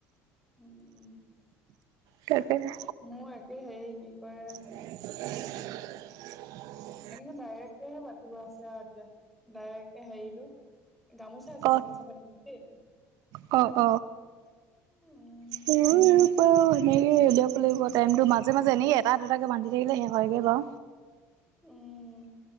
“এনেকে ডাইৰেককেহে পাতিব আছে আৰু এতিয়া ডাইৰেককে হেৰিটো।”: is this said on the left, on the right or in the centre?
Centre